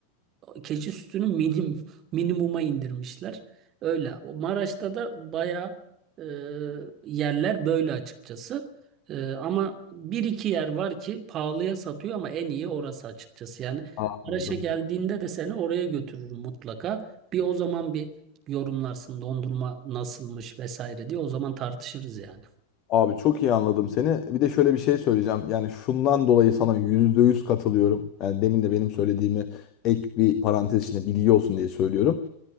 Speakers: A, on the right; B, on the left.
A: keçi sütünü minim, <laughs> minimuma indirmişler. Öyle. O Maraş'ta da bayağı e, yerler böyle açıkçası. E, ama bir iki yer var ki pahalıya satıyor ama en iyi orası açıkçası. Yani
B: Anladım.
A: Maraş'a geldiğinde de seni oraya götürürüm mutlaka. Bir o zaman bir yorumlarsın dondurma nasılmış vesaire diye o zaman tartışırız yani.
B: Abi çok iyi anladım seni. Bir de şöyle bir şey söyleyeceğim. Yani şundan dolayı sana yüzde yüz katılıyorum. Yani demin de benim söylediğimi ek bir parantez içinde bilgi olsun diye söylüyorum.